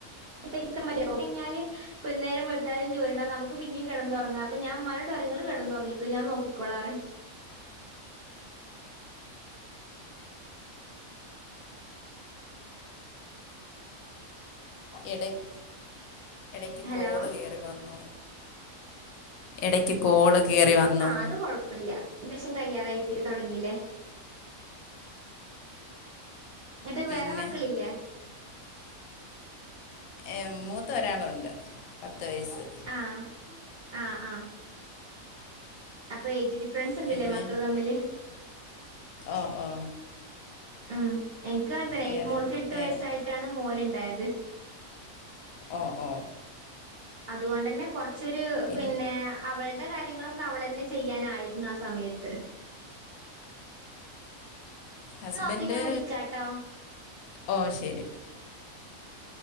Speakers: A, on the right; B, on the left.
A: <unintelligible> കയിഞ്ഞാല് പ്പം നേരം വെളുത്താലും ജോലിണ്ടാവും നമുക്ക് പിന്നെം കെടന്നുറങ്ങാം അപ്പൊ ഞാൻ ഉമാനോട് പറയും ഇങ്ങള് കെടന്നുറങ്ങിക്കോ ഞാൻ നോക്കിക്കോളാറിയും
B: എടക് ക്ക്
A: ഹലോ
B: കോള് കേറി വന്നു എടക്ക് കോള് കയറി വന്നു
A: ആഹ് അത് കൊഴപ്പില്ല ദേശം കയ്യാ ടെയ്റ്റ് തൊടങ്ങീലേ ന്നിട്ട്
B: പിന്നെ
A: വേറെ മക്കളില്ലേ
B: ഏ, മൂത്ത ഒരാളുണ്ട് പത്ത് വയസ്സ്
A: ആഹ് അ അ അപ്പൊ ഏജ് ഡിഫറൻസ്ണ്ട്ലേ
B: പിന്നെ
A: മക്കള് തമ്മില്
B: ഓ ഓ
A: അ എൻക്കു തന്നെ
B: വേറെ
A: ഏ മോൾക്ക് എട്ട്
B: വേറെ
A: വയസ്സായിട്ടാണ് മോന് ഇണ്ടായത്
B: ഓ ഓ
A: അതുകൊണ്ടന്നെ കൊറച്ചൊരൂ
B: പിന്നെ
A: പിന്നേ അവള്ടെ കാര്യങ്ങളൊക്കെ അവളന്നെ ചെയ്യാനായിരുന്നു ആ സമയത്ത് <inaudible>
B: ഹസ്ബൻഡ്
A: നോക്ക് ഞാൻ വിളിക്കാട്ടോ
B: ഓ ശരി